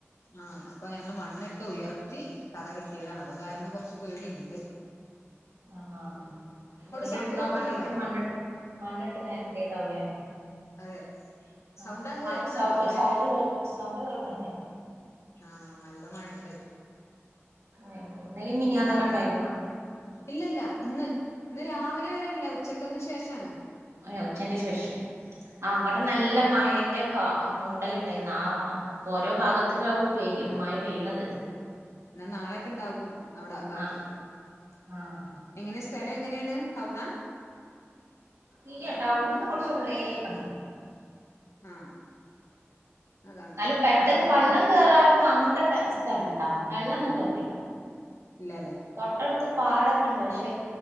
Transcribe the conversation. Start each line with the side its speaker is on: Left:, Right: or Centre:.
Left: ആഹ അപ്പൊ ഞങ്ങള് മണ്ണിട്ട് ഉയർത്തി തറ കെട്ടിയതാണ് അത് കാരണം കുറച്ച് പേടിയുണ്ട്
Right: ആഹ വീട്
Left: സൗണ്ട്
Right: എടുക്കാൻ
Left: കേൾക്കുന്നുണ്ടോ
Right: വേണ്ടിട്ട് മണ്ണി് മണ്ണിട്ട് നേരത്തേതാവലേ
Left: അതെ
Right: ആ
Left: സൗണ്ട് അങ്ങ്
Right: ആ
Left: കേൾക്കുന്നുണ്ടോ
Right: സൗണ്ട്
Left: മഴന്റെ
Right: സൗണ്ട് കേൾക്ക് സൗണ്ട് കേൾക്കണ്ടേ
Left: ആഹ നല്ല മഴയുണ്ട്
Right: യ് എന്നാലും മിനിയാന്നൊക്കെ
Left: ഉം
Right: ഉണ്ടായിരുന്നോ
Left: ഇല്ലല്ല ഇന്ന് ഇന്ന് രാവിലെ വരെല്ല ഉച്ചക്കന്ന് ശേഷമാണ്
Right: ഉച്ചന്റെ ശേഷം അവിടെ
Left: ആഹ്
Right: നല്ല
Left: രാ
Right: മായന്റെ മൂടലുണ്ടായിരുന്നു ആ അപ്പൊ ഓരോ ഭാഗത്തക്കെയ മഴ പെയ്യണത്
Left: എന്നാ നാളെയൊക്കെ ഉണ്ടാവക്കും അവിടെ ആ ഭാഗത്ത്
Right: ആഹ് ആഹ്
Left: എങ്ങനെ സ്ഥലം എങ്ങനെയാണ് ടൗണ
Right: ഇല്ല ടൗണന്ന് കുറച്ച് ഉള്ളേരിയേക്കാണ്
Left: ആഹ് അതാണ്
Right: എന്നാലും പെട്ടെന്ന്
Left: ഞങ്ങളും അങ്ങനെന്നെ
Right: വെള്ളം കേയറാത്ത അങ്ങനത്തെ സ്ഥലംഉ ണ്ടോ വെള്ളമൊന്നും കേറൂല്ല
Left: നന്ന
Right: തൊട്ടടുത്ത് പാടൊക്കെ ഇണ്ട് പക്ഷേ